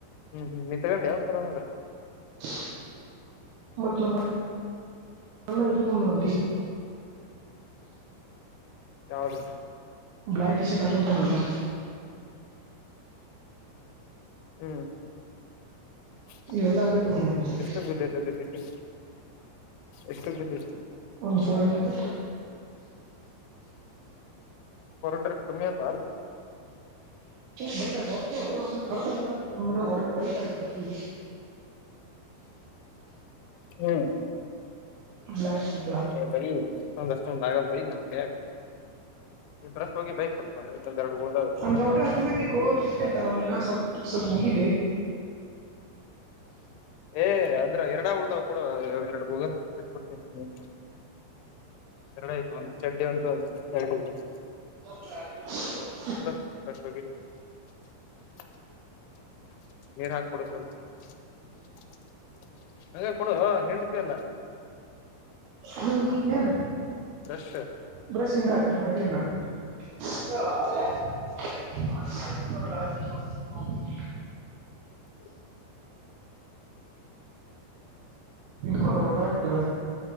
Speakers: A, on the left; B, on the right.
A: ಹ್ಮ್ ಹ್ಮ್ ನಿನ್ ತಗೊಂಡಿಯ ಒಂದು ಸತಿ ಆದ್ರೂ
B: <unintelligible> ಮತ್ತ ನಮ್ಮ <inaudible> ಅಣ್ಣ ಇದು ತಂದನಲ್ಲ ಟಿ ಶರ್ಟ್
A: ಯಾವದು.
B: ಬ್ಲಾಕ್ ಟಿ ಶರ್ಟ್ ಹಾಕೊಂತನಲ್ಲ.
A: ಹ್ಮ್ <unintelligible>
B: ಇವೆಲ್ಲ ಅಲ್ಲೇ ತಗೊಂಬಂದಿದ್ದೆ
A: ಎಷ್ಟಕ್ಕೆ ಬಿದ್ದಿದೆ ಅದು ಟೀಚಿಂಗ್ಸ. ಎಸ್ಟಕ್ ಬಿದ್ದತಿ.
B: ಒಂದ ಫೋರ್ ಹಂಡ್ರೆಡ್.
A: ಫೋರ್ ಹಂಡ್ರೆಡ್ ಕಮ್ಮಿ ಆಯ್ತಾ ಅದು.
B: ಬೈಅಕಿ ವಟ್ಟ ಓಲ್ಲ್ಯಾ ಕರ್ಗ ಅಂದ್ರ ವರ್ಟ್ ವೈಟ್ ಆಗಲ್ ಬರ್ತಿ
A: ಹ್ಮ್
B: ಬ್ಲಾಕ್ಇದ್ದಿದ್ದ
A: ಎ ಬೈ. ಅಷ್ಟೊಂದ್ ಅಷ್ಟೊಂದ್ ಆಗಲ ಬೈ ನಮ್ ಕೈಯಗ ಇ್ರಸ್ಟ್ ಹೋಗಿ ಬೈಕ್ಲ್ ಇನ್ನೊಂದ ಎರಡು ಉಳದವ್
B: ನಮ್ಮ ಗೌಡ್ಯಾ ಹಂಗ ತಿಕ್ಕೋ ತಿಕ್ ಅಂತ ನಮಗೆಲ್ಲ ಸ್ವಲ್ ಸ್ವಲ್ಪ ಮುಗಿಲಿ.
A: ಏ ಅಂದ್ರ ಎರಡ ಉಳ್ದವ ಕೊಡ ಎರಡು ಬೂಗ ಬಿಟ್ಟ ಬಿಡತೀನಿ. ಎರಡ ಆಯ್ತು ಒಂದ ಚಡ್ಡಿ ಒಂದು ಗಲ್ಸ್ ಶರ್ಟ್ ಅಷ್ಟ.
B: ಇನ್ನೊಂದ ಎರಡು ತಿಂಗಳು
A: ಕ ಕಡ ರಷ್ಟಾಗಿ <unintelligible> <unintelligible> ನೀರ ಹಾಕ ಕೊಡು ಸ್ವಲ್ಪ <unintelligible> ಎ ಕೊಡ ಹೆಂಡತಿ ಅಲ್ಲ.
B: ಹು ಏನ್
A: ಬ್ರಷ್
B: ಬ್ರಷ್ ಹಿಂಡತ್ತಿರೇನ ಯಲ್ಲಿ ಹಿಂಡಾಕ್ತ್ತಿರಿ ಯೋ ಅಳಿಯ ಹ <unintelligible>
A: ಹ್ಞ
B: ಇಡಕೊರೋ ಕರೆಕ್ಟ್.